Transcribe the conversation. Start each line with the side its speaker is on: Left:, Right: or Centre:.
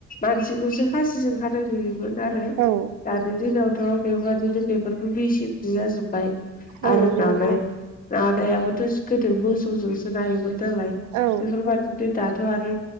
Left: मानसिखौसो खासिजों हानाय नुयोमोन आरो।
Right: औ
Left: दानि दिनावथ' बेबादिनो बेफोरबो मिसिनसो जाजोब्बाय
Right: औ
Left: आरो
Right: नंगौ
Left: दानाय
Right: नोंथां
Left: नायाबोथ'स गोदो मोसौजोंसो नायोमोन नालाय
Right: औ
Left: बेफोरबायादिनो दाथ' आरो